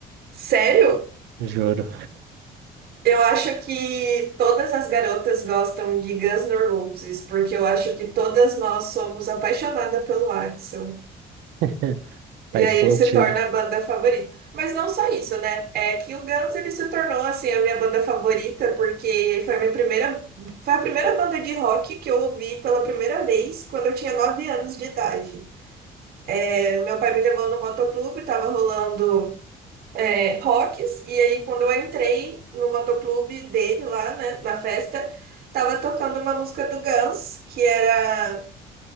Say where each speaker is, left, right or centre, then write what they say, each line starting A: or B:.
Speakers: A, on the right; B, on the right.
A: Sério?
B: Juro.
A: Eu acho que todas as garotas gostam de Guns N' Roses, porque eu acho que todas nós somos apaixonadas pelo Axl.
B: <laughs>
A: E
B: Faz
A: aí
B: sentido.
A: ele se torna a banda favorita. Mas não só isso, né? É que o Guns ele se tornou assim a minha banda favorita porque foi a minha primeira, foi a primeira banda de rock que eu ouvi pela primeira vez quando eu tinha 9 anos de idade. É, meu pai me levou no motoclube, tava rolando é, rocks e aí quando eu entrei no motoclube dele lá, né, na festa, tava tocando uma música do Guns que era